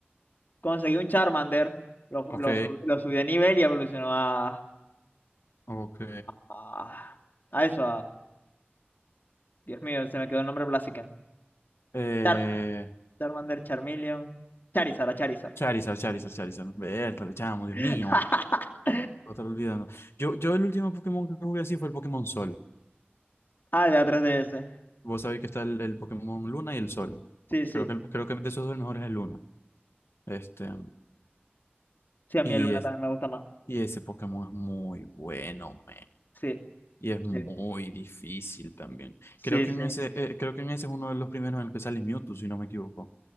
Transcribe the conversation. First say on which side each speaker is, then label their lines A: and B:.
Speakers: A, on the left (about 55°); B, on the left (about 85°).
A: Conseguí un Charmander, lo,
B: Ok,
A: lo, sub- lo subí de nivel y evolucionó a,
B: ok.
A: a, a eso, Dios mío, se me quedó el nombre Blaziken.
B: Eh,
A: Char Charmander, Charmeleon. Charizard, a Charizard.
B: Charizard, Charizard, Charizard. Vértale, chamo, Dios
A: <laughs>
B: mío. Lo estaba olvidando. Yo, yo el último Pokémon que jugué así fue el Pokémon Sol.
A: Ah, de la 3DS.
B: Vos sabéis que está el, el Pokémon Luna y el Sol.
A: Sí, sí.
B: Creo que, el- creo que de esos dos el mejor es el Luna. Este,
A: Sí, a mí
B: y,
A: el Luna
B: es,
A: también me gusta más.
B: y ese Pokémon es muy bueno, man.
A: Sí,
B: Y es muy
A: sí.
B: difícil también.
A: Sí,
B: Creo que
A: sí.
B: en ese, eh, creo que en ese es uno de los primeros en el que sale Mewtwo, si no me equivoco.